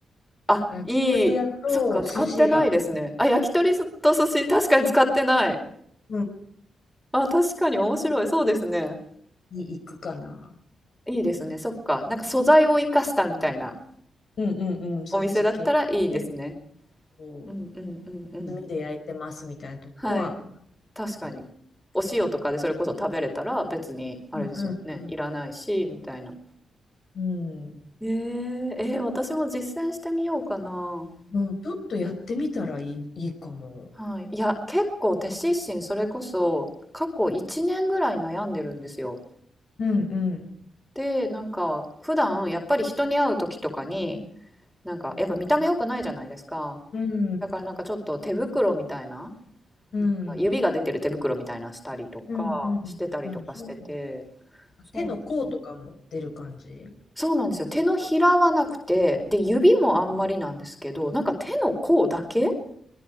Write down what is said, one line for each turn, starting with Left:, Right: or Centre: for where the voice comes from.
Centre: あ、
Left: 焼き鳥屋と寿司屋、
Centre: いい。そっか、使ってないですね。あ、焼き鳥と寿司確かに使ってない。
Left: うん、
Centre: あ、確かに面白い。そうですね。
Left: に行くかな。
Centre: いいですね。そっか。なんか素材を生かしたみたいな
Left: うんうんうん、そっち系で、
Centre: お店だったらいいですね。
Left: こ
Centre: うんうんうんうん。
Left: う、炭で焼いてますみたいなとこは、
Centre: はい。確かに。
Left: いる。
Centre: お塩とかでそれこそ食べれたら別にあれですもんね。
Left: うんうんうん。
Centre: いらないし、みたいな。
Left: うん。
Centre: えー、えー私も実践してみようかな。
Left: うん、ちょっとやってみたらいい、いいかも。
Centre: はい。いや、結構手湿疹それこそ過去1年ぐらい悩んでるんですよ。
Left: うんうん
Centre: で、なんか普段やっぱり人に会う時とかに、なんかやっぱ見た目良くないじゃないですか。
Left: うんうん
Centre: だからなんかちょっと手袋みたいな。
Left: うん
Centre: なんか指が出てる手袋みたいなのしたりとかしてたりとかしてて、
Left: うんうんうんそう
Centre: そうなんですよ。
Left: 手の甲とかも出る感じ
Centre: そうなんですよ。手のひらはなくて、で、指もあんまりなんですけど、なんか手の甲だけ